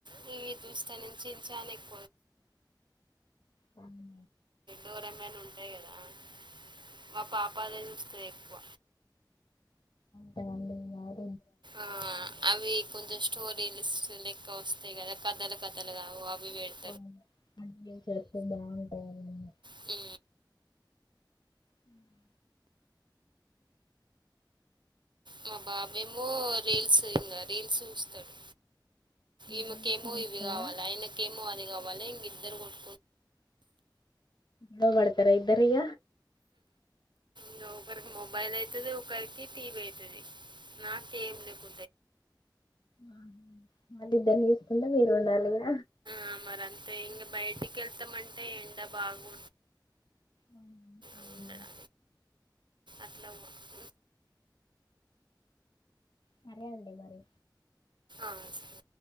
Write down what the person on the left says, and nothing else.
హుమ్
హుమ్ <unintelligible>
అవును అవి <unintelligible> బాగుంటాయి
హుమ్
రీల్స్ చూస్తారా
నవబడతారా ఇద్దరిగ
ఆ మళ్ళీ ఇద్దరిని చూసుకుంటా మీరు ఉండాలిగా
ఆహ
సరే అండీ మరి